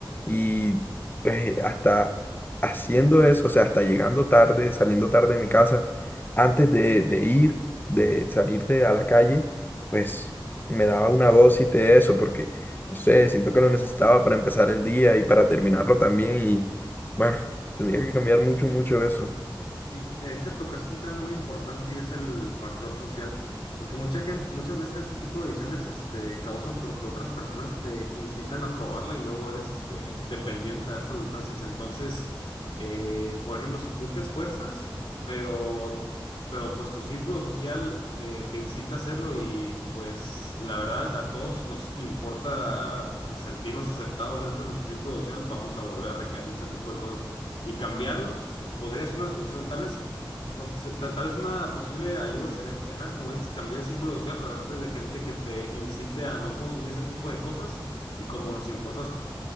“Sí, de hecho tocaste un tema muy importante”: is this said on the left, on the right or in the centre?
Left